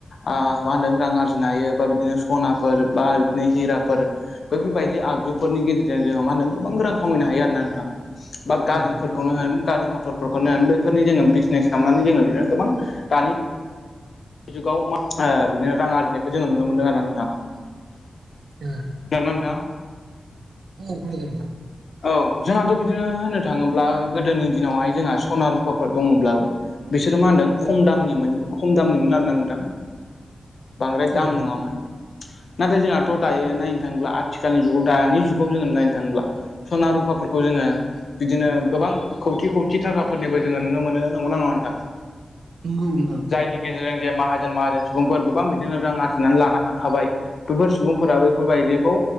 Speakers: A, on the left; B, on the right.
A: ओ मा होनदों रां आरजिनो हायो बा बिदिनो सनाफोर बा बिदिनो हिराफोर बैफोरबायदि आगजुफोरनि गेजेरजों जोङो मा होनदों गोबां रां खामायनो हायो आरोना नोंथां। बा गारिफोरखौनो
B: उम
A: होन गारि मथरफोरखौनो होन बैफोरनि जोङो बिजनेस खालामनानै जोङो बिदिनो गोबां दानि <unintelligible> जुगाव मा ओ बिदिनो रां आरजिनायखौ जोङो नुनो मोनदों आरो <unintelligible> नोंथां। <unintelligible>
B: उम
A: नोंथांआ?
B: औ खोनादों नोंथां।
A: औ जोंहाथ' बिदिनो होननो थाङोब्ला गोदोनि दिनावहाय जोंहा सना रुफाफोर दङब्लाबो बिसोरो मा होनदों खम दामनिमोन खम दामनिमोन आरोना नोंथां।
B: <inaudible>
A: बांद्राय दाम
B: उम उम औ
A: नङामोन। नाथाय जोंहाथ' दायो नायनो थाङोब्ला आथिखालनि जुगाव दानि जुगाव जोङो नायनो थाङोब्ला सना रुफाफोरखौ जोङो। बिदिनो गोबां खौथि खौथि थाखाफोरनिबो जोङो नुनो मोनो नंगौना नङा नोंथां।
B: नोंगौ नोंथां।
A: जायनि गेजेरजों जे माहाजोन माहाजोन सुबुंफोर गोबां बिदिनो रां आरजिनानै लानो हाखाबाय। बेफोर सुबुंफोरा बेफोरबायदिखौ